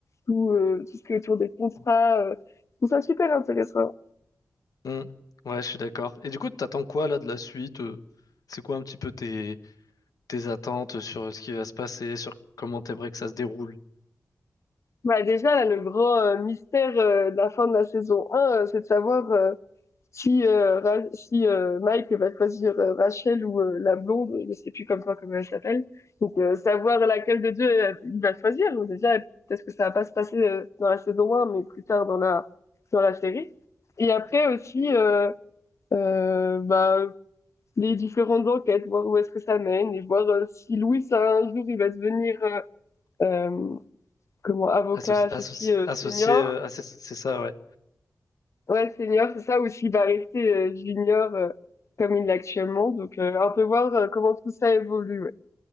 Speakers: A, on the left (about 55°); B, on the left (about 85°).
A: Tout, euh, tout ce qui est autour des contrats. euh, je trouve ça super intéressant.
B: Hmm. Ouais, je suis d'accord. Et du coup, t'attends quoi là de la suite? euh C'est quoi un petit peu tes tes attentes sur ce qui va se passer, sur comment t'aimerais que ça se déroule.
A: Bah, déjà, là, le grand euh, mystère euh, de la fin de la saison 1, euh, c'est de savoir... euh, si, euh, Ra- si euh, Mike va choisir euh, Rachel ou euh, la blonde, je sais plus comme quoi comment elle s'appelle. Donc euh, savoir laquelle de deux euh, il va choisir. Déjà peut-être que ça va pas se passer euh, dans la saison un, mais plus tard dans la dans la série. Et après aussi euh, euh, bah, les différentes enquêtes, voir où est-ce que ça mène et voir euh, si Louis un jour il va devenir euh, euh, comment avocat
B: Asso- associ-
A: aussi euh,
B: associé,
A: senior
B: euh, à ces- c'est ça, ouais.
A: Ouais, senior, c'est ça, ou s'il va rester euh, junior euh, comme il l'est actuellement. Donc, euh, on peut voir euh, comment tout ça évolue. ouais.